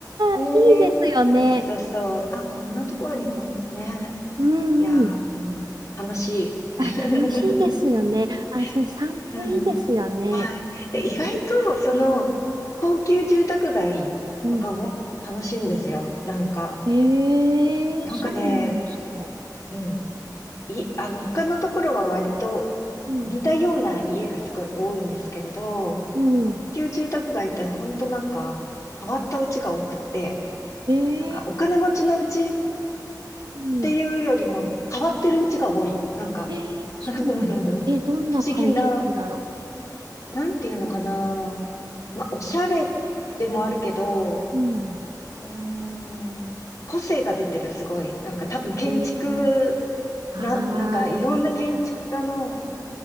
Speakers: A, on the left; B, on the right.
A: ねえ。
B: あー、いいですよね。
A: そうそうそう。あ、こんなところにこん、ね。
B: うんうん。
A: いやー、うん。楽しい。
B: あ、
A: <laughs>
B: 楽しいですよね。
A: う
B: あ、そう、散歩いいですよね。
A: んうん。はい。で、
B: うん
A: 意外と、その、高級住宅街とかも楽しいんですよ。
B: うん。
A: なんか、
B: ええそうなんですか。
A: なんかね、うん。い、あの、他のところは割と
B: うん。
A: 似たような家がすごい多いんですけれど、
B: うん。
A: 高級住宅街って本当なんか、変わった家が多くって、
B: ええ
A: なんか、お金持ちの家っ
B: うん。
A: ていうよりも、変わってる家が多い。なんか、
B: えー、
A: <laughs>
B: そうなんだ。
A: 不
B: え、どんな感じなんだろ
A: 思議なあなんていうのかな。まあ、おしゃれでもあるけど、
B: う。うん。
A: うーん、個性が出てる、すごい。なんか多分建築、
B: えー、あー、
A: な、なんかいろんな建築家の